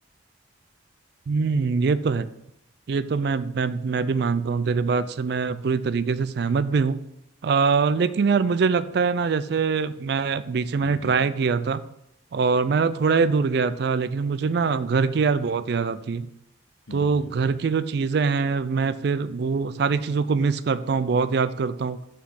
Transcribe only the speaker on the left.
हम्म
हम्म
हम्म,